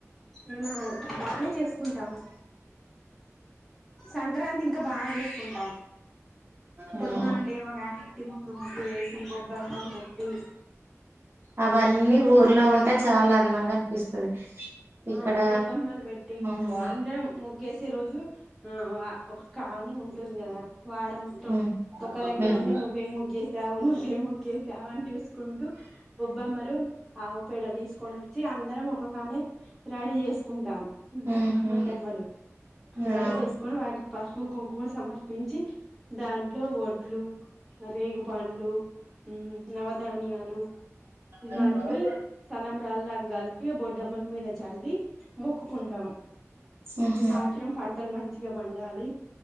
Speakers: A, in the centre; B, on the right.
A: అలా బానే చేసుకుంటాము సంక్రాంతి ఇంకా బాగా చేసుకున్ ఆ
B: అవును
A: పొద్దుగానే లేవగానే ఇంటి ముందు ముగ్గులేసి బొబ్బెమ్మలు పెట్టి
B: అవన్నీ ఊర్లో ఉంటే చాలా అందంగా అనిపిస్తది
A: ఆ
B: ఇక్కడ
A: బొబ్బమ్మలు పెట్టి
B: అవును
A: అందరం ముగ్గేసి రోజు ఆ ఒక కానీ ఉంటుంది గదా వాడ మొత్తం
B: ఉమ్
A: ఒక దగ్గర
B: ఉమ్
A: ఉండి నువ్వే ముగ్గేసావు నువ్వేం ముగ్గేసావు అని చూసుకుంటూ బొబ్బమ్మలు ఆవు పేడ తీసుకొని వచ్చి అందరం ఒకకానే రెడీ చేసుకుంటాం
B: ఉహు
A: బొడ్డమ్మలు
B: ఆ
A: రెడీ చేసుకొని వాటికి పసుపు కుంకుమ సమర్పించి దాంట్లో వడ్లు రేగుపండ్లు నవధాన్యాలు ఇవన్నీ
B: ఉమ్ ఉమ్
A: తలంబ్రాలా కలిపి బొడ్డమ్మలు మీద చల్లి మొక్కుకుంటాం
B: ఉహు
A: ఈ సంవత్సరం పంటలు మంచిగా పం ఉండాలి